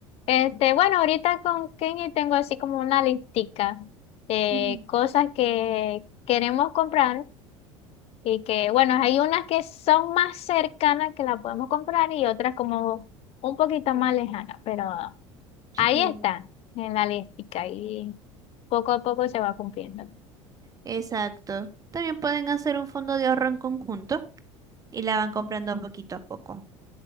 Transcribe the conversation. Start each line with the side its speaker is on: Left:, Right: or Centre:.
Left: Este, bueno, ahorita con Kenny tengo así como una listica de
Right: Ujú,
Left: cosas que queremos comprar y que, bueno, hay unas que son más cercanas que las podemos comprar y otras como un poquito más lejanas, pero
Right: Sí,
Left: ahí está en la listica y poco a poco se va cumpliendo.
Right: exacto. También pueden hacer un fondo de ahorro en conjunto y la van comprando poquito a poco.